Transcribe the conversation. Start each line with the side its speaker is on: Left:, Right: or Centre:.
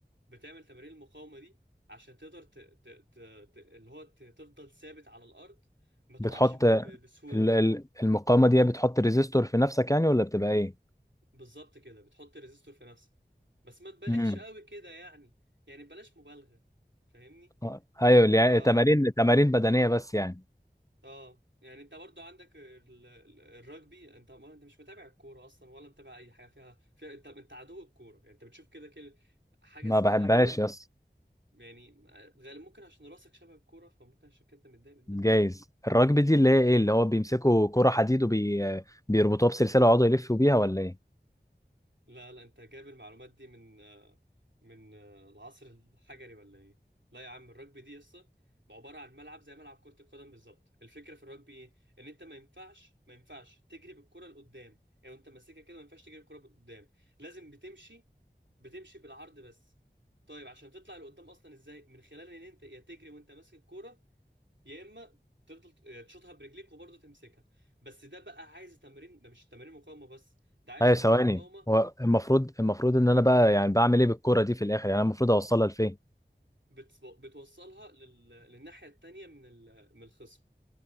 Right: بتعمل تمارين المقاومة دي عشان تقدر ت... ت... ت... ت... اللي هو ت... تفضل ثابت على الأرض ما تقعش
Left: بتحط
Right: ب...
Left: ال-
Right: بسهولة
Left: ال- المقاومة دي بتحط ريزيستور في نفسك يعني ولا بتبقى ايه؟
Right: بالظبط كده بتحط ريزيستور في نفسك بس ما تبالغش
Left: امم
Right: قوي كده يعني يعني بلاش مبالغة فاهمني؟
Left: آه، ايوه اللي
Right: آه
Left: يعني تمارين تمارين بدنية بس يعني
Right: آه يعني انت برضو عندك ال... ال- الرجبي انت ما انت مش متابع الكورة اصلا ولا متابع اي حاجة فيها فيها انت انت عدو الكورة يعني انت بتشوف كده كده حاجة
Left: ما
Right: اسمها
Left: بحبهاش
Right: بول
Left: يس
Right: يعني آه، غالبا ممكن عشان راسك شبه الكورة فممكن عشان كده انت متضايق منها
Left: جايز الرجبي دي اللي هي ايه اللي هو بيمسكوا كرة حديد وبيربطوها بسلسلة ويقعدوا يلفوا بيها ولا ايه؟
Right: لا لا انت جايب المعلومات دي من آه، من آه، العصر الحجري ولا ايه لا يا عم الرugby دي قصة عبارة عن ملعب زي ملعب كرة القدم بالظبط الفكرة في الرugby ايه ان انت ما ينفعش ما ينفعش تجري بالكرة لقدام يعني وانت ماسكها كده ما ينفعش تجري بالكرة لقدام لازم بتمشي بتمشي بالعرض بس طيب عشان تطلع لقدام اصلا ازاي من خلال ان انت يا تجري وانت ماسك الكوره يا اما تفضل تشوطها برجليك وبرضه تمسكها بس ده بقى عايز تمارين ده مش تمارين مقاومه بس ده عايز
Left: ايوه
Right: تمارين
Left: ثواني
Right: مقاومه
Left: هو المفروض المفروض ان انا بقى يعني بعمل ايه بالكرة دي في الاخر يعني انا المفروض اوصلها لفين؟
Right: بتس- بتوصلها لل... للناحيه التانيه من ال... من الخصم